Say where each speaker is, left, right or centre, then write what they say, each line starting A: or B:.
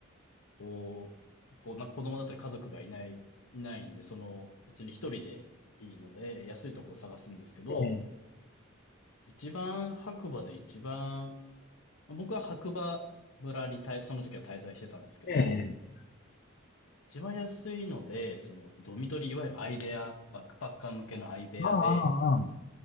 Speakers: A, on the left; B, on the left.
A: こう、こうな子供だったり家族がいない、いないんで、その別に一人でいいので、安いとこを探すんですけど、
B: ー
A: 一番白馬で一番、僕は白馬村に滞その時は滞在してたんですけど、
B: えー
A: 一番安いので、その、ドミトリー、いわゆる相部屋、バックパッカー向けの相部屋で、
B: ああ、あー